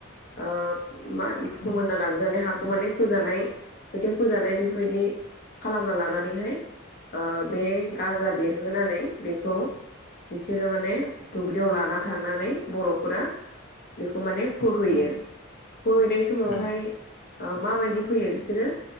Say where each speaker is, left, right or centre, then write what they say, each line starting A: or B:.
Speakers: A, on the left (about 45°); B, on the left (about 80°).
A: ओ मा फोमोनना-
B: उम
A: <unintelligible> हाखौ माने फोजानाय खोथिया फोजानाय बेफोरबायदि खालामना लानानैहाय ओ बे गाजा बेरहोनानै बेखौ बिसोरो माने दुब्लियाव लाना थांनानै बर'फोरा बेखौ माने फोहैयो।
B: उम
A: फोहैनाय समावहाय
B: उम
A: ओ माबायदि फैयो बिसोरो